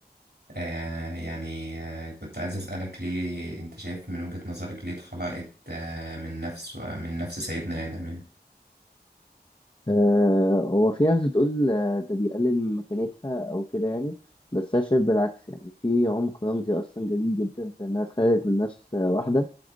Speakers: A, on the right; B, on the left.
A: آه، يعني آه، كنت عايز أسألك ليه أنت شايف من وجهة نظرك ليه اتخلقت آه، من نفس من نفس سيدنا آدم يعني
B: آه هو في ناس بتقول آه، ده بيقلل من مكانتها أو كده يعني بس أنا شايف بالعكس يعني في عمق رمزي أصلا جميل جدا في إنها اتخلقت من نفس آه، واحدة